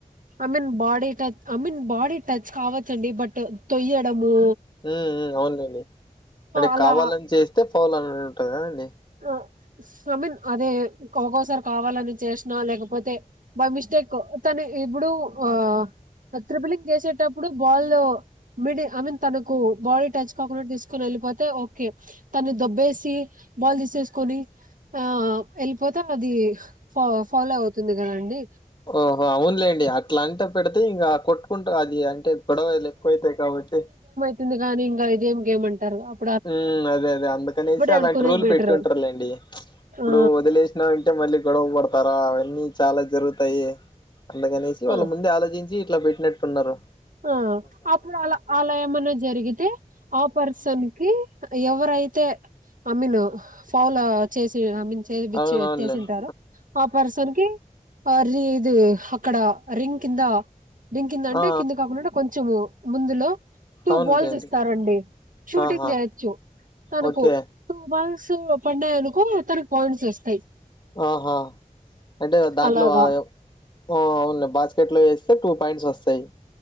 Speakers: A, on the right (about 65°); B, on the left (about 30°).
A: I mean body touch I mean body touch కావచ్చండి. బట్ తొయ్యడమూ
B: మ్ మ్ అవును లెండి. అంటే
A: అలా
B: కావాలని చేస్తే ఫౌల్ అన్నట్టు కదండి?
A: అ ఐ మిన్ అదే ఒకోకోసారి కావాలని చేసినా, లేక పోతె బై మిస్టేక్ తని ఇప్పుడూ ఆ త్రిబ్లింగ్ జేసేటప్పుడు బాల్ల్ మిడి ఐ మీన్ తనకూ బాడీ టచ్ కాకుండా, తీసుకొని ఎళ్లిపోతే, ఓకే. తను దొబ్బేసి, బాల్ దీసేసుకొని, ఆ ఎళ్ళిపోతే, అదీ ఫ ఫౌల్ అవుతుంది గదండీ.
B: ఓహో! అవును లెండి, అట్ల అంటె పెడితే ఇంగా కొట్ క్కుంటు అదీ అంటే పొడవైర్లు ఎక్కువైతయి కాబట్టి
A: తుంది గాని ఇంగా ఇదేం గేమ్మంటారు? అప్
B: ఊమ్, అదే అదే అందుకనేసి అలాంటి
A: ఆడుకునేది
B: రూల్
A: బెటర్
B: పెట్టి ఉంటరు లేండి. ఇప్పుడూ
A: ఆ
B: వదిలేసిన తె మళ్ళీ గొడవ పడతారా? అవన్నీ చాలా జరుగుతాయి. అందుకనేసి,
A: ఆ
B: వాళ్ళ ముందే ఆలోచిం చి ఇట్ల బెట్టినట్టున్నరు.
A: ఆ అప్పుడు అల ఆలా ఏమన్నా జరిగితే, ఆ పర్సన్ కి ఎవరైతే, అ మిన్ ఫౌలో చేసి, అ మిన్ చేదిపిచ్చి
B: అవునవునులేండి
A: వెత్తేసుంటారొ, ఆ పర్సన్ కి అర్రీ ఇదీ హక్కడా రింగ్ కిందా రింగ్ కింద అంటే
B: ఆ!
A: ఉండుట కొంచమూ ముందులో టూ
B: అవునులేండి
A: బాల్స్ ఇస్తారండి, షూటింగ్
B: ఆహా
A: జేయొచ్చు. తనకు
B: ఓకే
A: టూ బల్సూ పడ్డాయనుకో, అతనకి పాయింట్స్ ఒస్తయి.
B: ఆహా, అంటే దాంట్లో
A: అలాగా
B: ఆయె ఆ అవునులె బాస్కెట్ లో ఏసి స్తె టూ పాయింట్స్ ఒస్తయి.